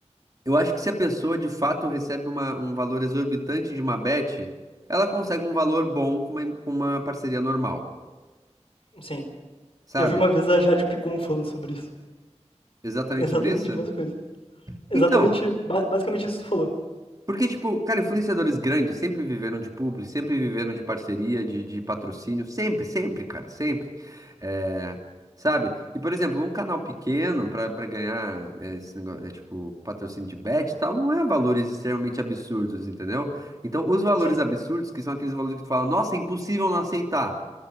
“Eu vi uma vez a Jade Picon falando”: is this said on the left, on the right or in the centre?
Left